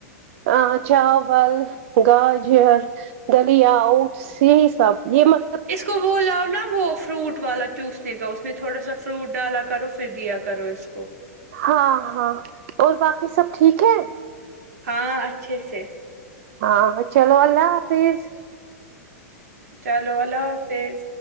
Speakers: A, on the right (about 60°); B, on the right (about 80°).
A: ا چاول گاجر دالیااٹس یھی سب دی مے
B: اس کو وہ لاؤ نا وہ فروٹ والا چسنے کا اس میں تھوڑا سا فروٹ ڈالا کرو پھر دیا کرو اس کو
A: ہاں ہاں اور باقی سب ٹھیک ہے
B: ہاں اچھے سے
A: ہاں چلو اللہ حافظ
B: چلو اللہ حافظ